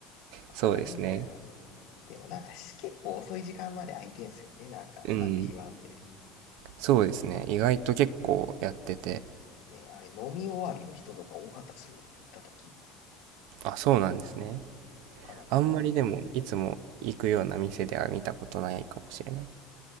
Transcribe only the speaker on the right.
そうですね。
うん。そうですね。意外と結構やってて。
あ、そうなんですね。
あんまりでも、いつも行くような店では見たことないかもしれない。